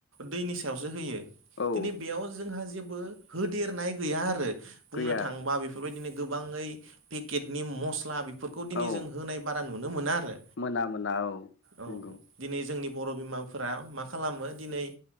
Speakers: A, on the right; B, on the left.
A: दैनि सायावसो होयो
B: औ
A: दिनै बेयाव जोंहा जेबो होदेरनाय गैया आरो बुंनो
B: गैया
A: थाङोबा बेफोर बेफोरबायदिनो गोबाङै पेकेटनि मस्ला बेफोरखौ दिनै
B: औ
A: जों होनाय बारा नुनो मोना आरो
B: मोना मोना औ
A: औ
B: नंगौ
A: दिनै जोंनि बर' बिमाफोरा मा खालामो दिनै